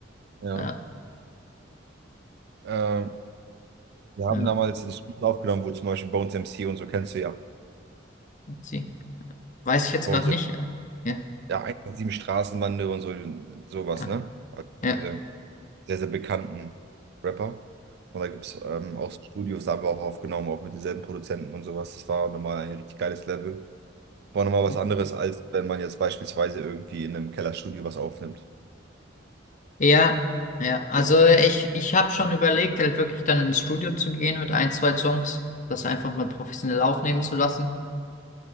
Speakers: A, on the right; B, on the left.
A: ja,
B: Ja.
A: ähm, wir haben
B: ja.
A: damals ein Studio aufgenommen, wo zum Beispiel Bones MC und so kennst du ja.
B: Sie. Weiß ich jetzt
A: Bones
B: gerade
A: MC,
B: nicht. äh, Ja,
A: ja, 187 Straßenbande und so, sowas,
B: ja,
A: ne? Also
B: ja,
A: diese sehr, sehr bekannten Rapper. Und da gibt es ähm, auch so Studios, da haben wir auch aufgenommen, auch mit denselben Produzenten und sowas. Das war nochmal ein richtig geiles Level. War nochmal was
B: cool.
A: anderes, als wenn man jetzt beispielsweise irgendwie in einem Kellerstudio was aufnimmt.
B: Ja, ja. Also ich, ich habe schon überlegt, halt wirklich dann ins Studio zu gehen mit ein, zwei Songs, das einfach mal professionell aufnehmen zu lassen.